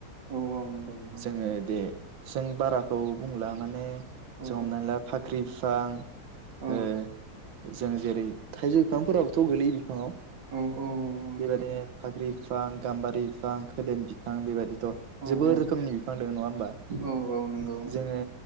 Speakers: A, on the right (about 60°); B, on the right (about 80°).
A: औ औ नंगौ नंगौ
B: जोङो दे जों बाराखौ बुंला माने
A: औ
B: जों हमनानै ला फाख्रि बिफां
A: औ
B: ओ जों जेरै थाइजौ बिफांफोराबोथ' गोलैय बिफाङाव
A: औ औ औ नंगौ
B: बेबायदिनो फाख्रि बिफां गाम्बारि बिफां खोदोम बिफां बेबायदि थ'
A: औ
B: जोबोर
A: औ
B: रोखोमनि बिफां दं नङा होमबा
A: औ औ नंगौ
B: जोङो